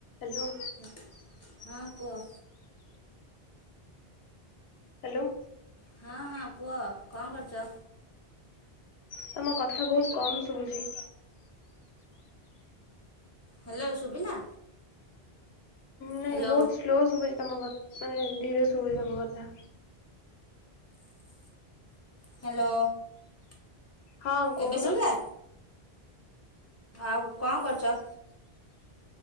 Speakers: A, on the left; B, on the left.
A: Hello.
B: ହା। ହଁଅଁ କୁଅ?
A: ହାଲୋ।
B: ହଁ ହଁ କୁହ କଁ କରୁଚ?
A: ତମ କଥା ବୋହୁତ୍ କମ୍ ଶୁଭୁଚି।
B: ହ୍ୟାଲୋ ଶୁଭିଲା?
A: ନାଇଁବହୁତ୍
B: ହ୍ୟାଲୋ।
A: ସ୍ଲୋ ଶୁଭୁଚି ତମ କ ନାଇଁ ଧୀରେ ଶୁଭୁଚି ତମ କଥା।
B: ହ୍ୟାଲୋ।
A: ହଁଅଁ କୋହୁନା।
B: ଏବେ ଶୁଭିଲା? ଆଉ କଁ କରୁଚ?